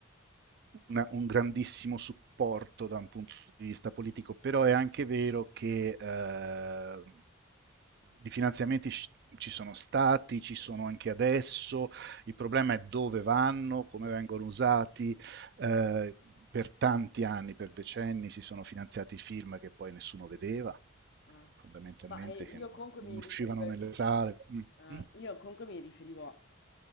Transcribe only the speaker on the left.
Ah.
Ma eh, io
comunque
mi
riferivo,
eh, io comunque mi riferivo